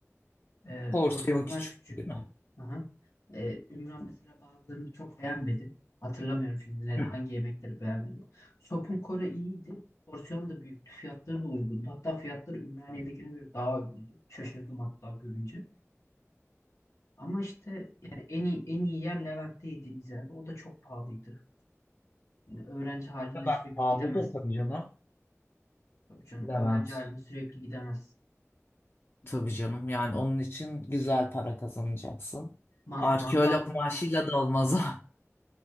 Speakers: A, on the left; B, on the left.
A: Ee,
B: Porsiyon
A: porsiyonlar
B: küçük
A: küçüktü.
B: değil mi?
A: Aha. Ee, Ümran mesela bazılarını çok beğenmedi. Hatırlamıyorum şimdi ne-
B: Hı.
A: hangi yemekleri beğenmedi. Sopun Kore iyiydi. Porsiyon da büyüktü. Fiyatları da uygundu. Hatta fiyatları Ümraniye'dekine göre daha uygundu. Şaşırdım hatta görünce. Ama işte yani en iyi, en iyi yer Levent'te yediğimiz yerde. O da çok pahalıydı. Yani öğrenci haline
B: Ne
A: sürekli
B: pahalıdır
A: gidemezsin.
B: tabii canım.
A: Tabii canım
B: Levent.
A: öğrenci haline sürekli gidemezsin.
B: Tabii canım yani onun için güzel para kazanacaksın.
A: Ma-
B: Arkeolog
A: mangal
B: maaşıyla da olmaz o. <laughs>